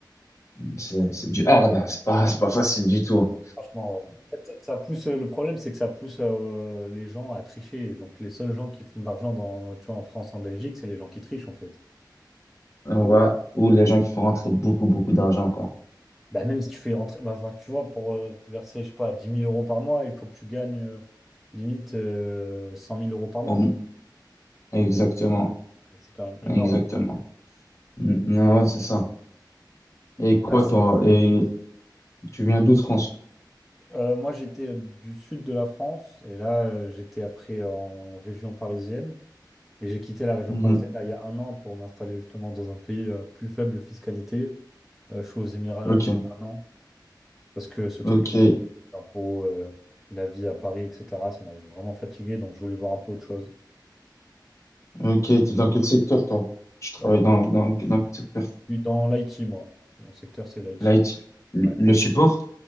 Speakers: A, on the left; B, in the centre.
A: mm, C'est, c'est du hard, hein. c'est pas, c'est pas facile du tout. hein.
B: Franchement, ouais. En fait, ça pousse, euh, le problème, c'est que ça pousse euh, les gens à tricher. Et Donc, les seuls gens qui font de l'argent dans, dans- tu vois, en France, en Belgique, c'est les gens qui trichent, en fait.
A: Ouais. Ou les gens qui font rentrer beaucoup, beaucoup d'argent, quoi.
B: Bah, même si tu fais rentrer, bah, enfin, tu vois, pour euh, te verser, je sais pas, dix mille euros par mois, il faut que tu gagnes euh, limite euh, 100 000 euros par mois,
A: Au,
B: quoi.
A: Exactement,
B: Et C'est quand même énorme.
A: exactement. Mm, Non, ouais, c'est ça. Et quoi,
B: Bah, c'est-
A: toi? Et tu viens d'où, de France?
B: euh, moi, j'étais euh, du sud de la France et là, euh, j'étais après en région parisienne. Et j'ai quitté la région
A: Mhm.
B: parisienne là, il y a un an pour m'installer justement dans un pays euh, plus faible fiscalité. Euh, je suis aux Émirats
A: Ok,
B: là depuis un an parce que ce truc-là,
A: ok,
B: les impôts, euh, la vie à Paris, etc., ça m'avait vraiment fatigué donc je voulais voir un peu autre chose.
A: ok. T'es dans quel secteur, toi? Tu travailles
B: Euh,
A: dans, dans, dans quel secteur?
B: je suis dans l'IT, moi. Mon secteur, c'est l'IT.
A: Light. Le,
B: Ouais.
A: le support?